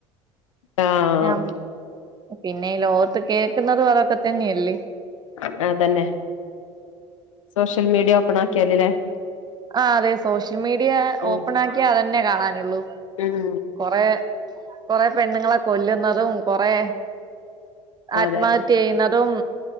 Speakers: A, on the left; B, on the right.
A: ആഹ്
B: ഞ പിന്നെ ലോത്ത് കേൾക്കുന്നതും അതൊക്കെ തന്നെയല്ലേ
A: അങ്ങനെ തന്നെ സോഷ്യൽ മീഡിയ ഓപ്പൺ ആക്കിയാലല്ലേ
B: ആഹ് അതെ സോഷ്യൽ മീഡിയ
A: ഉം
B: ഓപ്പൺ ആക്കിയ അതന്നെ കാണാനുള്ളൂ
A: ഉം
B: കൊറെ കൊറെ പെണ്ണുങ്ങളെ കൊല്ലുന്നതും കൊറെ ആത്മഹത്യ
A: അതെ
B: ചെയ്യുന്നതും